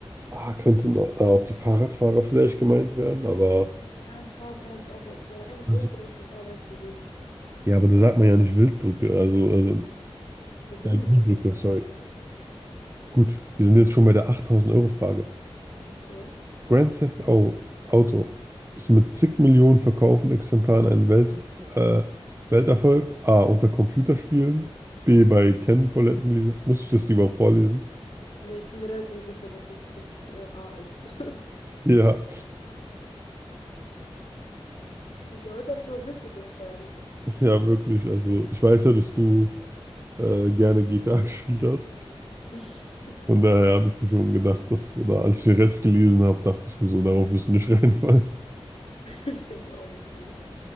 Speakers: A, on the right (about 25°); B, on the left (about 80°).
A: Ah, könnten auch- da auch die Fahrradfahrer vielleicht gemeint werden, aber
B: Ja, die Fahrradfahrer haben mich auch rausgenommen. Aber eigentlich
A: Das,
B: Wildtiere macht am allermeisten Sinn.
A: ja, aber da sagt man ja nicht Wildbrücke, also, also
B: Eine grüne
A: äh, Grünbrücke,
B: Brücke, sagt
A: sorry.
B: man doch, oder?
A: Gut,
B: Ja.
A: wir sind jetzt schon bei der 8000-Euro-Frage.
B: Okay.
A: Grand Theft Au- Auto ist mit zig Millionen verkauften Exemplaren ein Welt, äh, Welterfolg. A, unter Computerspielen. B, bei Ken-Foletten. Lisa- Muss ich das lieber vorlesen?
B: Nee, ich bin mir relativ sicher, dass ich, dass es äh, A ist. <laughs>
A: Ja.
B: Also heute habe ich mal Glück mit den Fragen.
A: Ja, wirklich. Also, ich weiß ja, dass du äh, gerne GTA <laughs> gespielt hast.
B: <laughs>
A: Von daher habe ich mir schon gedacht, dass, oder als ich den Rest gelesen habe, dachte ich mir so, darauf wirst du nicht <laughs> reinfallen.
B: Ich denke auch nicht, nee.